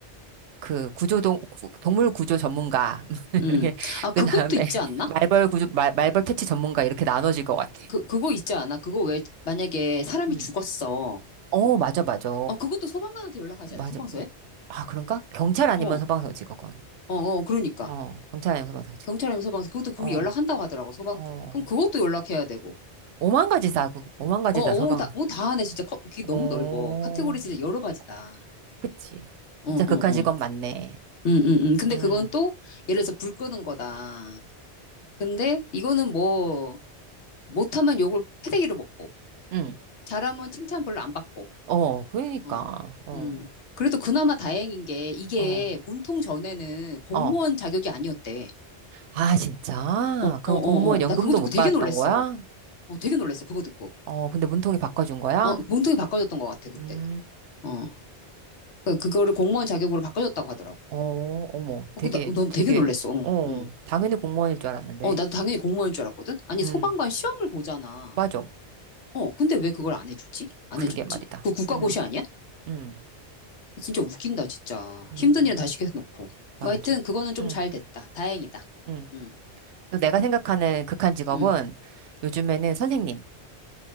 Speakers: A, on the right; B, on the left.
A: 그 구조동 구- 동물 구조 전문가 <laughs> 이렇게
B: 음. 아, 그것도
A: 그다음에
B: 있지 않나?
A: 말벌 구조 말, 말벌 퇴치 전문가 이렇게 나눠질 것 같아.
B: 그, 그거 있지 않아? 그거 왜, 만약에 사람이
A: 음.
B: 죽었어.
A: 어, 맞아, 맞아.
B: 어, 그것도 소방관한테 연락하지
A: 맞아.
B: 않아? 소방서에?
A: 아, 그런가? 경찰 아니면
B: 어, 어,
A: 소방서지, 그건.
B: 어, 그러니까.
A: 어, 경찰 아니면 소방서지.
B: 경찰이면 소방서. 그것도 그거
A: 어,
B: 연락한다고 하더라고, 소방.
A: 어.
B: 그럼 그것도 연락해야 되고.
A: 오만 가지 다, 그- 오만 가지
B: 어, 어,
A: 다 소방.
B: 다, 어, 다 하네, 진짜. 커- 그게
A: 오,
B: 너무 넓어. 카테고리 진짜 여러 가지다.
A: 어, 그치.
B: 어,
A: 진짜
B: 어,
A: 극한 직업
B: 어.
A: 맞네.
B: 음, 음, 음. 근데
A: 음,
B: 그건 또, 예를 들어서 불 끄는 거다. 근데 이거는 뭐, 못하면 욕을 패대기로 먹고,
A: 음.
B: 잘하면 칭찬 별로 안 받고,
A: 어, 그러니까.
B: 어,
A: 어,
B: 음. 그래도 그나마 다행인 게, 이게
A: 어,
B: 문통 전에는 공무원
A: 어.
B: 자격이 아니었대.
A: 아, 진짜?
B: 어, 어,
A: 그럼
B: 어,
A: 공무원 연금도
B: 어. 나 그거 듣고
A: 못
B: 되게
A: 받았던
B: 놀랬어.
A: 거야?
B: 어, 되게 놀랬어. 그거 듣고.
A: 어, 근데 문통이 바꿔준 거야?
B: 어, 문통이 바꿔줬던 것 같아, 그때.
A: 음.
B: 어. 그, 그거를 공무원 자격으로 바꿔줬다고 하더라고.
A: 어, 어머,
B: 어,
A: 되게,
B: 그, 나, 넌
A: 되게,
B: 되게 놀랬어. 어,
A: 어,
B: 응.
A: 당연히 공무원일 줄 알았는데.
B: 어, 나도 당연히 공무원인 줄 알았거든? 아니,
A: 음,
B: 소방관 시험을 보잖아.
A: 맞아.
B: 어, 근데 왜 그걸 안 해주지? 안
A: 그러게
B: 해줬지?
A: 말이다.
B: 그 국가고시
A: 음,
B: 아니야?
A: 음,
B: 진짜 웃긴다, 진짜.
A: 음,
B: 힘든 일은 다 시켜놓고.
A: 맞아.
B: 뭐 하여튼 그거는 좀
A: 음,
B: 잘 됐다. 다행이다.
A: 음.
B: 응,
A: 또 내가 생각하는 극한 직업은
B: 응.
A: 요즘에는 선생님.